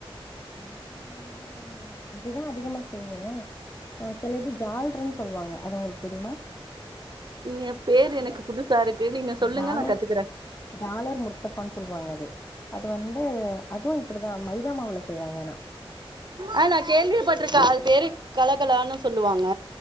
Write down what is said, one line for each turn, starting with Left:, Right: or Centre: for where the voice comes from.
Left: பலகாரம் தா நாங்க இதுதா அதிகமா செய்வோ அ சிலது ஜால்ரன் சொல்லுவாங்க அது உங்களுக்கு தெரியுமா
Right: நீங்க பேரு
Left: ஜாலர்
Right: எனக்கு புதுசா இருக்கு நீங்க சொல்லுங்க
Left: ஜாலர்
Right: நா கத்துக்குறே
Left: ஜாலர் முர்த்தஃபான் சொல்லுவாங்க அது அது வந்து அதுவு இப்பிடித்தா மைதா மாவுல செய்வாங்க ஆனா
Right: ஆ நா கேள்விப்பட்ருக்கே அது பேரு கலகலான்னு சொல்லுவாங்க